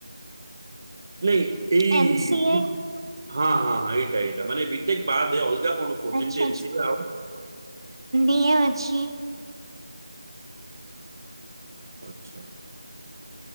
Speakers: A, on the right (about 30°); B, on the right (about 55°).
A: ନାଇଁ ଏଇ
B: ଏମ୍ ସି ଏ
A: ହଁ ହଁ ହଁ ଏଇଟା ଏଇଟା ମାନେ ବି ଟେକ୍ ବାଦେ ଅଲଗା <unintelligible>
B: ଆଚ୍ଛା କିଏ ଅଛି?
A: ଆଚ୍ଛା!